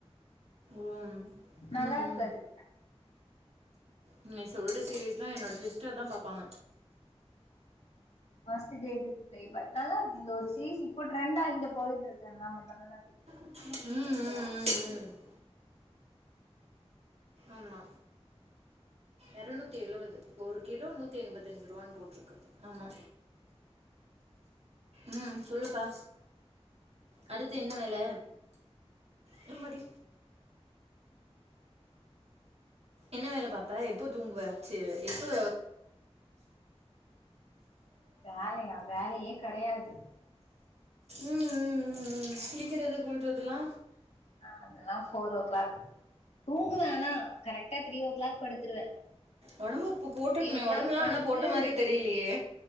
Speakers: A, on the right (about 70°); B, on the left (about 70°).
A: ம்
B: நல்லா
A: ம்
B: இருக்கு அது
A: ம் நீ சொல்ற சீரிஸ்லா என்னோட சிஸ்டர் தா பாப்பாங்க
B: worst girl with play boy நல்லாருக்கு இந்த ஒரு சீரீஸ் இப்போ ட்ரெண்டா இங்க பொயிட்ருக்கு நம்ம தமிழ்நாட்ல
A: ம் ம் ம் ம் ஆமா எறநூத்தி எழுவது ஒரு கிலோ நூத்தி எம்பத்தஞ்சிர்வானு போட்ருக்கு ஆமா ம் சொல்லுப்பா அடுத்து என்ன வேல நிம்மதி என்ன வேல பாப்ப எப்ப தூங்குவ சி எப்ப
B: வேலயா வேலயே கெடையாது
A: ம் ம் ம் ம் சிளிக்கறது கொல்றதுலா
B: ஆ அதெல்லா போரோ ஓ கிளாக் தூங்குவே ஆனா கரெக்டா த்ரீ ஓ கிளாக் படுத்துருவே
A: ஒடம்புக்கு இப்ப போட்ருக்கமே
B: த்ரீ ஓ கிளாக்
A: ஒடம்பெல்லா
B: படுத்துட்டு
A: ஆனா போட்ட மாரியே தெரிலயே